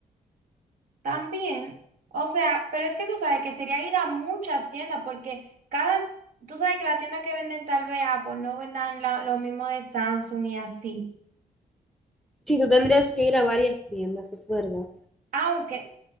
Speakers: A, on the right (about 60°); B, in the centre.
A: También, o sea, pero es que tú sabes que sería ir a muchas tiendas, porque cada, tú sabes que la tienda que venden tal vez Apple no vendan la- lo mismo de Samsung y así.
B: Si tú tendrías que ir a varias tiendas, es verdad.
A: Aunque,